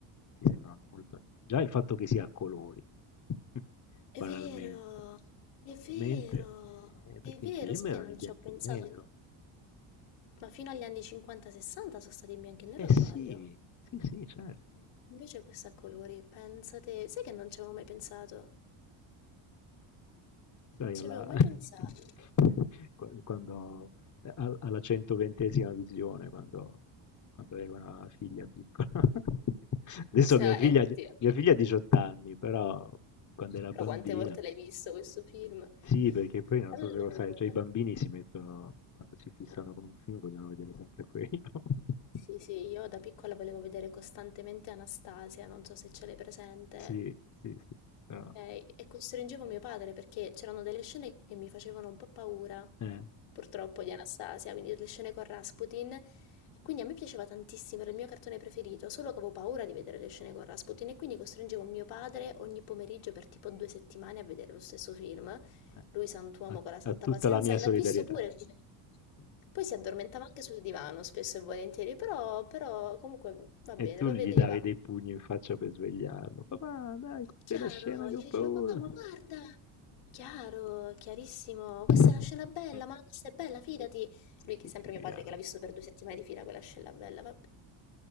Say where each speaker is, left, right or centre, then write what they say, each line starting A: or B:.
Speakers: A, on the left; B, on the left.
A: ti sembrano molto antichi. Già il fatto che sia a colori, <laughs>
B: È
A: banalmente,
B: vero,
A: banalmente,
B: è vero,
A: eh, perché
B: è vero,
A: i film
B: sai
A: erano
B: che non
A: in bianco
B: ci ho pensato,
A: e nero.
B: ma fino agli anni 50-60 sono stati in bianco e nero,
A: Eh
B: o sbaglio.
A: sì, sì, sì, certo.
B: Invece questo è a colori, pensate, sai che non ci avevo mai pensato?
A: Sai
B: Ci
A: alla
B: avevo mai pensato? <laughs>
A: <laughs> quan quando ehm, al alla 120ª visione, quando quando avevo una figlia piccola. <laughs> Adesso
B: Eh, sì,
A: mia
B: eh,
A: figlia
B: effettivamente.
A: ha die mia figlia ha 18 anni, però quando era
B: Però
A: bambina
B: quante volte l'hai visto questo film?
A: sì, perché poi non
B: Allora,
A: so se lo sai, cioè i bambini si mettono quando si fissano con un film vogliono vedere sempre quello. <laughs>
B: Sì, sì, io da piccola volevo vedere costantemente Anastasia, non so se ce l'hai presente.
A: Sì, sì, sì, però
B: Eh, e costringevo mio padre perché c'erano delle scene che mi facevano un po' paura,
A: eh,
B: purtroppo, di Anastasia, quindi le scene con Rasputin. E quindi a me piaceva tantissimo, era il mio cartone preferito, solo che avevo paura di vedere le scene con Rasputin e quindi costringevo mio padre ogni pomeriggio per tipo due settimane a vedere lo stesso film.
A: eh
B: Lui,
A: guarda,
B: sant'uomo
A: ha
B: con la santa
A: ha tutta
B: pazienza,
A: la mia solidarietà.
B: l'ha visto pure come... Poi si addormentava anche sul divano, spesso e volentieri, però, però comunque va bene,
A: E tu
B: lo
A: gli
B: vedeva.
A: davi dei pugni in faccia per svegliarlo. Papà, dai, questa
B: Chiaro,
A: è la scena che
B: gli
A: ho
B: dicevo
A: paura.
B: papà, ma guarda, chiaro, chiarissimo, questa
A: <laughs>
B: è una scena bella, ma questa è bella, fidati. Lui, che
A: Sì,
B: è sempre
A: Viviana,
B: mio padre, che l'ha visto
A: sì.
B: per due settimane di fila quella scena bella, vabbè.